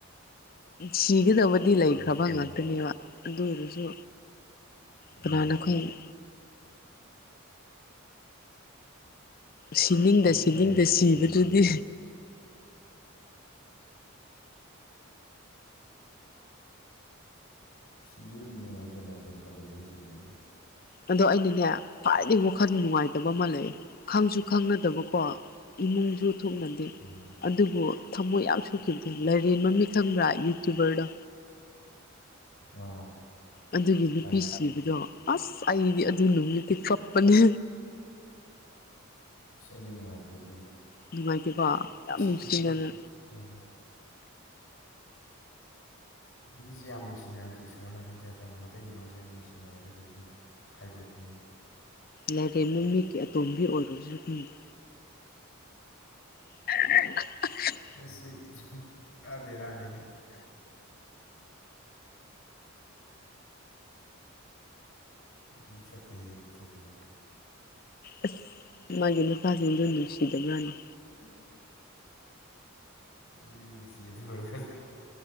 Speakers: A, on the left; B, on the left.
A: ꯁꯤꯒꯗꯕꯗꯤ ꯂꯩꯈ꯭ꯔꯕ
B: ꯀꯩꯝꯁꯨ ꯇꯧꯔꯣꯏ
A: ꯉꯥꯛꯇꯅꯦꯕ ꯑꯗꯨ ꯑꯣꯏꯔꯁꯨ ꯀꯅꯥꯅ
B: ꯑꯥ
A: ꯈꯪꯏ ꯁꯤꯅꯤꯡꯗ
B: ꯅꯣꯡꯃ
A: ꯁꯤꯅꯤꯡꯗ
B: ꯅꯠꯇ꯭ꯔ ꯅꯣꯡꯃꯕꯨꯗꯤ
A: ꯁꯤꯕꯗꯨꯗꯤ
B: ꯁꯤꯗꯣꯏꯅꯤꯗ ꯑꯩꯈꯣꯏꯁꯦ ꯁꯤꯕꯕꯨꯗꯤ ꯅꯣꯡꯃ ꯅꯠꯇ꯭ꯔꯒ ꯅꯣꯡꯃ ꯑꯩꯈꯣꯏꯁꯨ ꯀꯝꯄꯜꯁꯔꯤ ꯁꯤꯗꯣꯏꯅꯤ
A: ꯑꯗꯣ ꯑꯩꯅꯅꯦ ꯈ꯭ꯋꯥꯏꯗꯒꯤ ꯋꯥꯈꯜ ꯅꯨꯡꯉꯥꯏꯇꯕ ꯑꯃ ꯂꯩ ꯈꯪꯁꯨ ꯈꯪꯅꯗꯕꯀꯣ <unintelligible> ꯊꯣꯅꯗꯦ
B: ꯎꯝ
A: ꯑꯗꯨꯕꯨ ꯊꯃꯣꯏ ꯌꯥꯝ ꯁꯣꯛꯈꯤꯕꯗꯣ ꯂꯥꯏꯔꯦꯟ ꯃꯃꯤꯠ ꯈꯪꯕ꯭ꯔꯥ ꯌꯨꯇ꯭ꯌꯨꯕꯔꯗꯣ
B: ꯑꯥ
A: ꯑꯗꯨꯒꯤ ꯅꯨꯄꯤ
B: ꯈꯪꯉꯤ
A: ꯁꯤꯕꯗꯣ ꯑꯁ ꯑꯩꯗꯤ ꯑꯗꯨ ꯅꯨꯃꯤꯠꯇꯤ ꯀꯞꯄꯅꯦ
B: ꯑꯁ ꯑꯩꯁꯨ ꯅꯨꯡꯉꯥꯏꯇꯦ ꯑꯗꯨꯕꯨꯗꯤ
A: ꯑꯗꯨꯃꯥꯏꯗꯤꯀꯣ
B: ꯅꯨꯡꯁꯤꯅꯕ
A: ꯌꯥꯝ ꯅꯨꯡꯁꯤꯅꯅ
B: ꯃꯤꯁꯤꯅ ꯎꯝ ꯃꯤꯁꯦ ꯌꯥꯝ ꯅꯨꯡꯁꯤꯅꯔꯗꯤ ꯏꯁꯣꯔꯅ ꯑꯗꯨꯝ ꯀꯩ ꯍꯥꯏꯇꯥꯔꯦ ꯃꯇꯩ ꯃꯅꯥꯎꯁꯦ ꯌꯥꯝ ꯅꯨꯡꯁꯤꯅꯔꯒꯗꯤ ꯑꯗꯨꯝ ꯈꯥꯏꯗꯣꯛꯄꯅꯦꯕ
A: ꯂꯥꯏꯔꯦꯟ ꯃꯃꯤꯀꯤ ꯑꯇꯣꯝꯕꯤ ꯑꯣꯏꯔꯨꯁꯤꯔꯥ ꯈꯪꯗꯦ <unintelligible>
B: ꯅꯪꯁꯤ ꯄꯨꯔꯥ ꯕꯦꯔꯥꯅꯦꯍꯦ ꯑꯗꯨꯗꯤ ꯆꯠꯇꯦ ꯍꯦ ꯑꯗꯨ ꯇꯧꯕꯤꯅꯨ
A: ꯑꯁ ꯃꯥꯒꯤ ꯃꯆꯥꯁꯤꯡꯗꯨ ꯅꯨꯡꯁꯤꯗꯕꯔꯥꯅꯦ
B: ꯅꯨꯡꯁꯤ ꯑꯗꯨ ꯑꯣꯏꯔꯒꯁꯨ